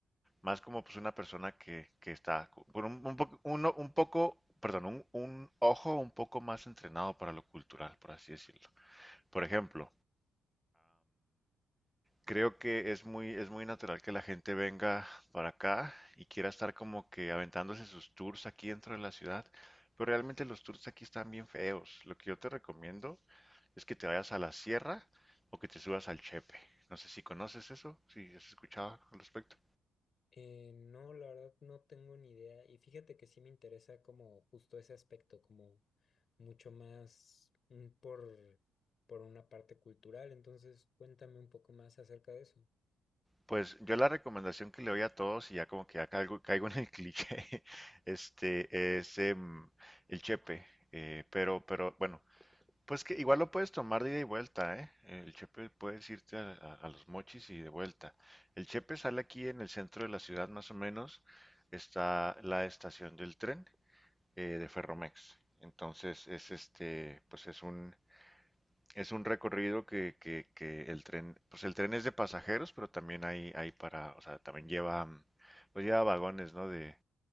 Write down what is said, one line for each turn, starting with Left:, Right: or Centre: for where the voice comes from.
Centre: más como pues una persona que, que está con un, un poco, uno- un poco, perdón, un, un ojo un poco más entrenado para lo cultural, por así decirlo. Por ejemplo, Creo que es muy, es muy natural que la gente venga para acá y quiera estar como que aventándose sus tours aquí dentro de la ciudad, pero realmente los tours aquí están bien feos. Lo que yo te recomiendo es que te vayas a la sierra o que te subas al Chepe. No sé si conoces eso, si has escuchado al respecto.
Left: Eh, no, la verdad no tengo ni idea y fíjate que sí me interesa como justo ese aspecto, como mucho más mm, por, por una parte cultural, entonces cuéntame un poco más acerca de eso.
Centre: Pues yo la recomendación que le doy a todos, y ya como que ya caigo, caigo en el cliché, <laughs> este, es em, el Chepe. eh, pero, pero bueno, Pues que igual lo puedes tomar de ida y vuelta, ¿eh? El Chepe puedes irte a, a- a los Mochis y de vuelta. El Chepe sale aquí en el centro de la ciudad, más o menos. Está la estación del tren eh, de Ferromex. Entonces es este, pues es un es un recorrido que, que, que el tren, pues el tren es de pasajeros, pero también hay hay para, o sea, también lleva, mm, pues lleva vagones, ¿no? De